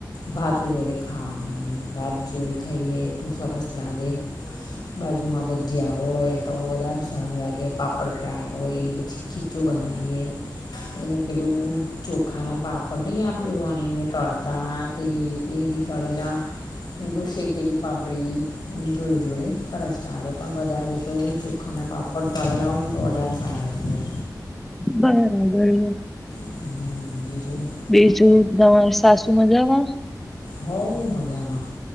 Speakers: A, on the left (about 75°); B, in the centre.
A: ભાત જોડે ખવાનું એને. ભાત જોડે ખાઈએ તો સરસ લાગે બાજુમાં ભ ભજીયા હોય તો વધારે સારું લાગે પાપડ ફ્રાય હોય પછી ખીચું બનાઇએ. એને પેલું ચોખાના પાપડ નહી આપણેે વણીને તળતા. એવી એ બી તળેલા. નીબું શેકેલી પાપડી. જોડે-જોડે સરસ લાગે પણ વધારે તો ચોખાના પાપડ પળેલા હોય ને. તો વધારે સારા લાગે.
B: બરાબર.
A: હમ્મ બીજું.
B: બીજું તમારે સાસુ મજામાં.
A: હોવ મજામાં.